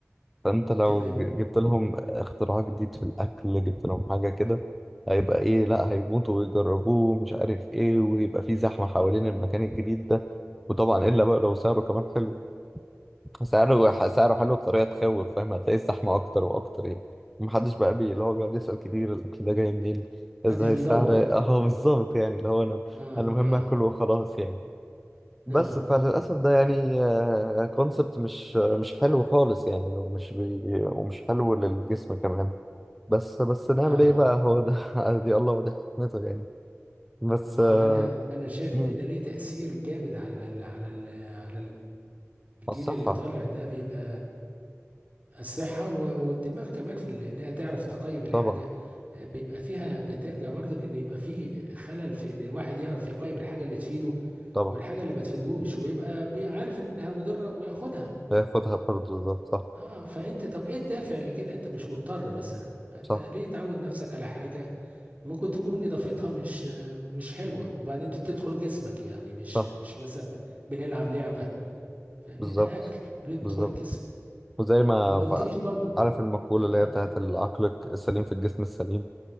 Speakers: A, in the centre; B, on the right.
A: فانت لو
B: تمام
A: ج- جبت لهم اختراع جديد في الاكل جبت لهم حاجه كده هيبقى ايه لا هيموتوا ويجربوه ومش عارف ايه ويبقى في زحمه حوالين المكان الجديد ده وطبعا الا بقى لو سعره كمان حلو سعره سعره حلو بطريقه تخوف فاهم هتلاقي الزحمه اكتر واكتر يعني محدش بقى بي اللي هو بيقعد يسال كتير الاكل ده جاي منين ازاي
B: محدش بيدور
A: السعر <laughs> اه بالظبط يعني اللي هو انا
B: اه
A: انا المهم
B: اه
A: اكل وخلاص يعني بس
B: اه
A: فللأسف ده يعني كونسبت مش مش حلو خالص يعني ومش بي ومش حلو للجسم كمان بس بس نعمل
B: اه
A: ايه بقى هو ده <laughs> دي الله ودي حكمته يعني بس
B: ما
A: آه،
B: هو انا انا شايف
A: مم،
B: ان ده ليه تأثير جامد على ال- على ال- على الجيل
A: الصحة
B: اللي طالع ده بيبقى الصحة و- والدماغ كمان في ال- انها تعرف تقيم الحاجة
A: طبعا
B: آه، بيبقى فيها بترجع برضو لان يبقى فيه خلل في ان الواحد يعرف يقيم الحاجة اللي تفيده
A: طبعا
B: والحاجة اللي ما تفيدهوش ويبقى بي- عارف انها مضرة وياخدها
A: هياخدها برضه بالظبط صح
B: اه فانت طب ايه الدافع لكده انت مش مضطر مثلا انت
A: صح
B: ليه تعود نفسك على حاجة ممكن تكون اضافتها مش آه، مش حلوة وبعدين ت- تدخل جسمك يعني مش
A: صح
B: مش مثلا بنلعب لعبة فاهمني
A: بالظبط
B: ده اكل بيدخل
A: بالظبط
B: الجسم
A: وزي ما
B: ما قلتليش
A: ف-
B: برضو
A: عارف المقولة
B: لا اتفضل
A: اللي هي بتاعت العقل السليم في الجسم السليم